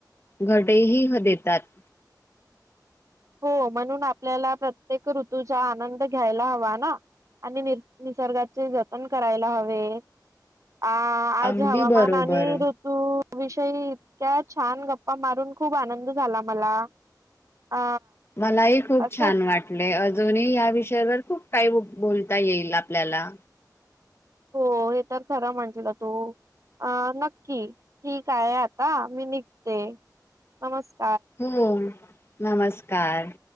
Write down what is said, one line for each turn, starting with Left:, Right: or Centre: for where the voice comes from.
Left: घटही देतात
Right: हो म्हणून आपल्याला प्रत्येक ऋतूचा आनंद घ्यायला हवा ना आणि नि निसर्गाचे जतन करायला हवे अ आज
Left: अगदी
Right: हवामान
Left: बरोबर.
Right: आणि ऋतू विषयी इतक्या छान गप्पा मारून खूप आनंद झाला मला अ
Left: मलाही खूप
Right: असं
Left: छान वाटले जुनी या विषयावर खूप काही बोलता येईल आपल्याला
Right: हो हे तर खर म्हटलं तो अ नक्की ठीक आहे आता मी निघते नमस्कार
Left: हो नमस्कार